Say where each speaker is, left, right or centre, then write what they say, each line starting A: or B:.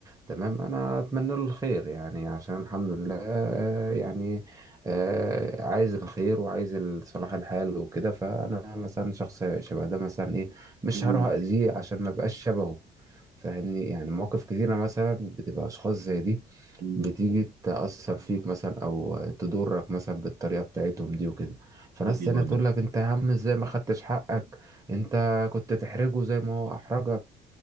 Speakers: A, on the right (about 20°); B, on the right (about 55°).
A: تمام انا اتمنى له الخير يعني عشان الحمد لله آه، يعني آه، عايز الخير وعايز صلاح الحال وكده فانا مثلا شخص شبه ده مثلا ايه مش
B: مم.
A: هروح اذيه عشان ما بقاش شبهه فاهمني يعني مواقف كتيره مثلا بتبقى اشخاص زي دي
B: مم.
A: بتيجي تأثر فيك مثلا أو تضرك مثلا بالطريقة بتاعتهم دي وكده فناس
B: ايوه
A: تانية تقول لك أنت يا عم إزاي ما خدتش حقك أنت كنت تحرجه زي ما هو أحرجك